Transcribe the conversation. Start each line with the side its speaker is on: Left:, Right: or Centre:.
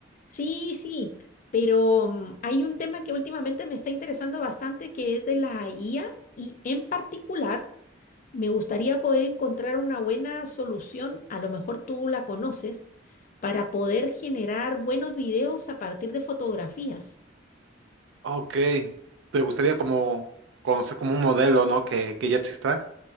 Left: Sí, sí, pero mm, hay un tema que últimamente me está interesando bastante que es de la IA y en particular me gustaría poder encontrar una buena solución, a lo mejor tú la conoces, para poder generar buenos videos a partir de fotografías.
Right: Ok. ¿Te gustaría como conocer como un modelo, ¿no? Que, que ya exista.